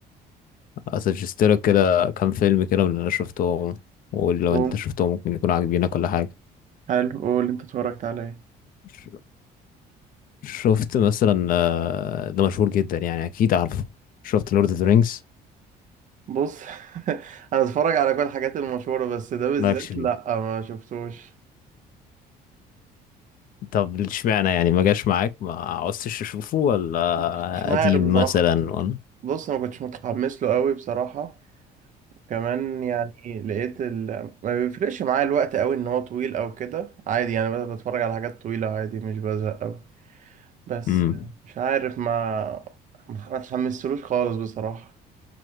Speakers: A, on the left; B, on the right.
A: اسجستلك كده كام فيلم كده من اللي انا شفتهم ولو
B: قول
A: انت شفتهم ممكن يكون عاجبينك ولا حاجه
B: حلو قول انت اتفرجت على ايه
A: ش- شفت مثلا آه، ده مشهور جدا يعني اكيد عارفه شفت لورد اوف ذا رينجز
B: بص <laughs> انا اتفرج على كل الحاجات المشهوره بس ده بالذات
A: مالكش فيه
B: لا ما شفتوش
A: طب اشمعنى يعني ما جاش معاك ما عوزتش تشوفه ولا
B: مش مش عارف
A: قديم
B: بصراحه
A: مثلا ولا
B: بص ما كنتش متحمس له قوي بصراحه كمان يعني لقيت ال... ما بيفرقش معايا الوقت قوي ان هو طويل او كده عادي يعني بس بتفرج على حاجات طويله عادي مش بزهق قوي بس
A: امم
B: مش عارف ما ما اتحمستلوش خالص بصراحه